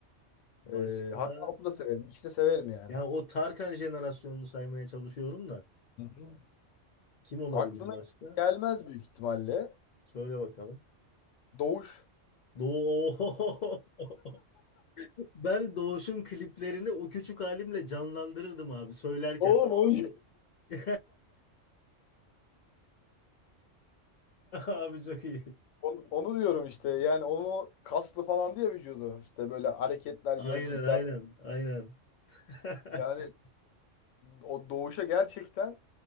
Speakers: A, on the left (about 60°); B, on the left (about 80°).
A: Başka?
B: Ee, Hakan Altun'u da severim. İkisi de severim yani.
A: Yani o Tarkan jenerasyonunu saymaya çalışıyorum da.
B: Hı hı.
A: Kim olabilir
B: Aklına
A: başka?
B: gelmez büyük ihtimalle.
A: Söyle bakalım.
B: Doğuş.
A: Doğu. <laughs> Ben Doğuş'un kliplerini o küçük halimle canlandırırdım abi söylerken.
B: Oğlum o
A: Bu <laughs> abi çok iyi.
B: Onu, onu diyorum işte. Yani onu kaslı falan diye vücudu. İşte böyle hareketler,
A: Aynen
B: gözlükler.
A: aynen aynen. <laughs>
B: Yani o doğuşa gerçekten